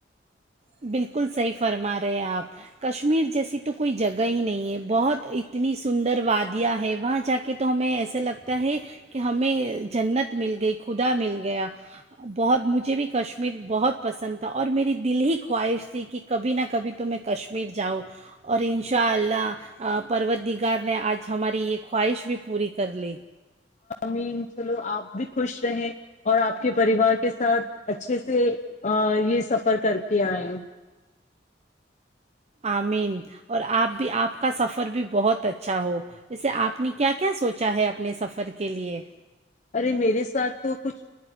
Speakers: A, on the right; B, on the left.
A: بالکل صحیح فرما رہے ہیں آپ کشمیر جیسی تو کوئی جگہ ہی نہیں ہے بہت اتنی سندر وادیاں ہے وہاں جا کے تو ہمیں ایسا لگتا ہے کہ ہمیں جنت مل گئی خدا مل گیا بہت مجھے بھی کشمیر بہت پسند تھا اور میری دل ہی خواہش تھی کہ کبھی نہ کبھی تو میں کشمیر جاؤں اور ان شاء اللہ پرت دیگار نے آج ہماری یہ خواہش بھی پوری کر لی
B: مین چلو آپ بھی خوش رہیں اور آپ کے پریوار کے ساتھ اچھے سے یہ سفر کر کے آئے
A: آمین اور آپ بھی آپ کا سفر بھی بہت اچھا ہو اسیسے آپ نے کیا کیا سوچا ہے اپنے سفر کے لیے
B: ارے میرے ساتھ تو کچھ